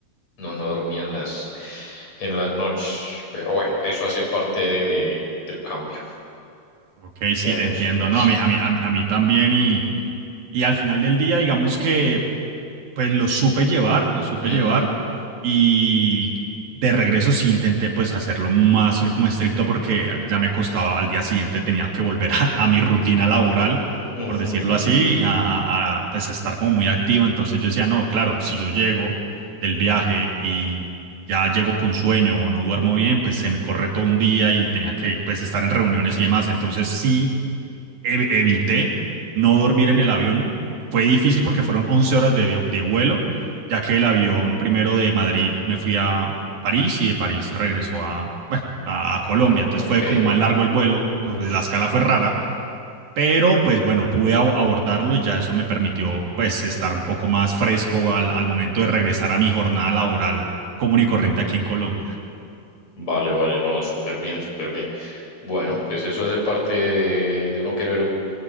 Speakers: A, on the left; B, on the right.
A: no, no dormía en las, en las noches. Pero bueno, eso hace parte de, de- del cambio,
B: ok, sí,
A: de acostumbrarse.
B: te entiendo, no, a mí, a mí, a mí a mí también y... Y al final del día, digamos que pues lo supe llevar, lo supe
A: Ujú,
B: llevar y de regreso sí intenté pues hacerlo más eh, como estricto porque ya me costaba, al día siguiente tenía que volver <laughs> a, a mi rutina laboral,
A: ujú,
B: por decirlo así, a, a- a, pues a estar como muy activo. Entonces yo decía, no, claro, si yo llego del viaje y ya llego con sueño o no duermo bien, pues se me corre todo un día y tenía que pues estar en reuniones y demás. Entonces sí ev- evité no dormir en el avión. Fue difícil porque fueron 11 horas de, vi- de vuelo, ya que el avión primero de Madrid me fui a París y de París regresó a, bueno, a, a Colombia.
A: Mamá,
B: Entonces
A: ok.
B: fue como más largo el vuelo, pues
A: Uf,
B: pues, la escala fue rara. Pero pues bueno, pude ab- abordarlo y ya eso me permitió pues estar un poco más fresco al, al momento de regresar a mi jornada laboral común y corriente aquí en Colombia.
A: vale, vale, no, súper bien, súper bien. Bueno, pues eso hace parte de, de uno querer